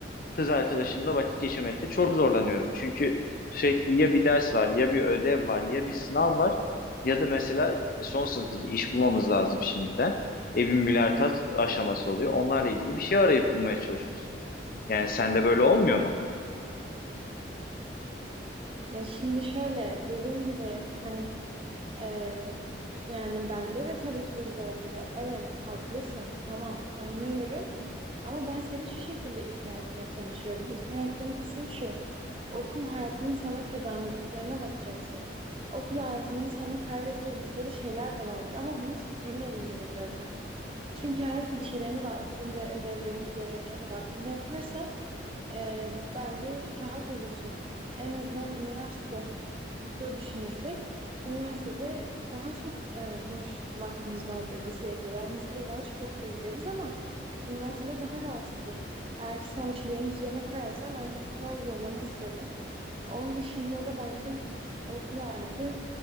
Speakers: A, on the left; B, on the right.
A: kız arkadaşımla vakit geçirmekte çok zorlanıyorum. Çünkü sürekli ya bir ders var, ya bir ödev var, ya bir sınav var ya da mesela son sınıfız iş bulmamız lazım şimdiden. E bir mülakat aşaması oluyor. Onlarla ilgili bir şey arayıp bulmaya çalışıyorsun. Yani sende böyle olmuyor mu?
B: Ya şimdi şöyle dediğim gibi hani Ee, yani bende de tabii ki de zorluyor. Evet, haklısın. Tamam, anlıyorum. Ama ben seni şu şekilde ikna etmeye çalışıyorum. İkna ettiğim kısım şu. Okul hayatının sana kazandırdıklarına bakacaksın. Okul hayatının sana kaybettirdikleri şeyler de vardır. Ama bunu senin elinde de biraz bence. Çünkü eğer ki bir şeylerini vaktinde, ödevlerini, görevlerini vaktinde yaparsan ee, bence rahat olursun. En azından üniversite de düşünürsek, üniversitede daha çok e, boş vaktimiz vardır liseye göre. Yani lisede daha çok okula gideriz ama üniversitede daha rahatsızdır. Eğer ki sen bir şeylerin düzene koyarsan bence bu kadar zorlamaz seni. Onun dışında da bence okul hayatı